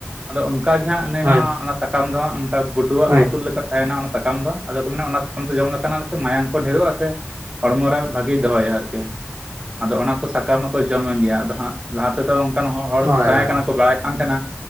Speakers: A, on the right; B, on the right.
A: ᱟᱫᱚ ᱚᱱᱠᱟᱜᱮ ᱦᱟᱸᱜ ᱱᱤ
B: ᱦᱳᱭ
A: ᱦᱚᱸᱜ ᱚᱱᱟ ᱥᱟᱠᱟᱢ ᱫᱚᱦᱟᱸᱜ ᱚᱠᱟ ᱜᱩᱰᱩᱣᱟᱜ
B: ᱦᱳᱭ
A: ᱞᱩᱛᱩᱨ ᱞᱮᱠᱟᱱᱟ ᱚᱱᱟ ᱥᱟᱠᱟᱢ ᱫᱚ ᱟᱫᱚ ᱠᱚ ᱢᱮᱱᱟ ᱚᱱᱟ ᱥᱟᱠᱟᱢ ᱛᱮ ᱡᱚᱢ ᱞᱮᱠᱟᱱᱟᱜᱠ ᱢᱟᱭᱟᱝ ᱠᱚ ᱰᱷᱮᱨᱚᱜᱼᱟ ᱥᱮ ᱦᱚᱲᱢᱚᱨᱮ ᱵᱷᱟᱜᱤᱭ ᱫᱚᱦᱚᱭᱟ ᱟᱨᱠᱤ ᱟᱫᱚ ᱚᱱᱟ ᱠᱚ ᱥᱟᱠᱟᱢ ᱦᱚᱸᱠᱚ ᱡᱚᱢᱮ ᱜᱮᱭᱟ ᱟᱫᱚ ᱦᱟᱸᱜ ᱞᱟᱦᱟ ᱛᱮᱫᱚ ᱚᱱᱠᱟᱱ ᱦᱚᱲ
B: ᱦᱳᱭ
A: ᱛᱟᱦᱮᱸ
B: ᱦᱳᱭ
A: ᱠᱟᱱᱟ ᱠᱚ ᱵᱟᱲᱟᱭ ᱠᱟᱱ ᱛᱟᱦᱮᱸᱱᱟ